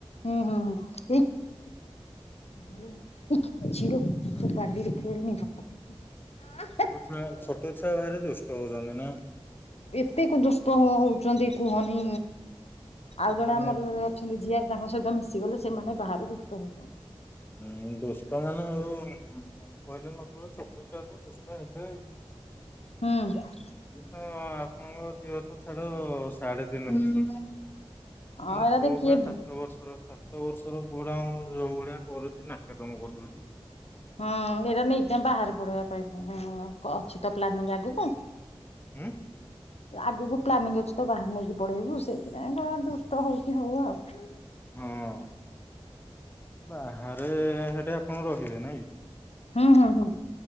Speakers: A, on the left; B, on the left.
A: ହୁଁ ହୁଁ ହୁଁ ଏଇ ଏକ ଝିଅ
B: ଆଚ୍ଛା
A: ତୁ
B: ହଉ
A: ବାଲିରେ ଖେଳନି ବାପା ପାଟିକରିବେ <unintelligible>
B: ପୁରା ଛୋଟ ଛୁଆ ଘରେ ଦୁଷ୍ଟ ହଉଚନ୍ତିନା।
A: ଏତେକୁ ଦୁଷ୍ଟ ହଉଚନ୍ତି କୁହନି ଆଉ ଜଣେ
B: ମାନେ
A: ଆମର ଅଛନ୍ତି ଯିଆରି ତାଙ୍କ ସହିତ ମିଶିଗଲେ ସେମାନେ ଭାରି ଦୁଷ୍ଟ ହଉଚନ୍ତି।
B: ହୁଁ ଦୁଷ୍ଟ ହେନେ ଆଉ କହିଲେ <unintelligible> ଛୋଟ ଛୁଆତ ଦୁଷ୍ଟ ହେବେ।
A: ହୁଁ।
B: ସିଏତ ଆପଣଙ୍କ ଝିଅତ ଛାଡ଼ ସାଢେ ତିନି ବର୍ଷ
A: ହଁ
B: ମୋ
A: ଏରା
B: ପୁଅ
A: ଯେ କିଏ
B: ପ୍ରାୟ ସାତ ବର୍ଷର ସାତ ବର୍ଷର ପୁଅ ଟା ଯୋଉ ଭଳିଆ କରୁଛି ନାକେଦମ କରିଦଉଚି।
A: ହୁଁ ଏଇଟା ନେଇ ବାହାରେ ପଢେଇବା ପାଇଁ ଅଛି ତ ପ୍ଲାନିଂ ଆଗକୁ।
B: ହଁ।
A: ଆଗକୁ ପ୍ଲାନିଂ ଅଛି ତ ବାହାରାରେ ନେଇକି ପଢେଇବୁ ସେଇଥିପାଇଁ କା ଦୁଷ୍ଟ ହଉଛି ହଉ ଆଉ।
B: ହଁ ବାହାରେ ସେଠି ଆପଣ ରହିବେ ନାଇଁ
A: ହୁଁ ହୁଁ ହୁଁ।